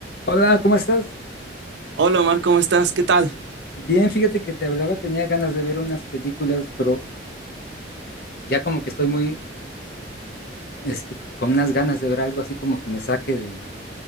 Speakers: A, on the left; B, on the right.
A: Hola, ¿cómo estás?
B: Hola Omar, ¿cómo estás? ¿Qué tal?
A: Bien, fíjate que te hablaba, tenía ganas de ver unas películas, pero ya como que estoy muy, este, con unas ganas de ver algo así como que me saque de,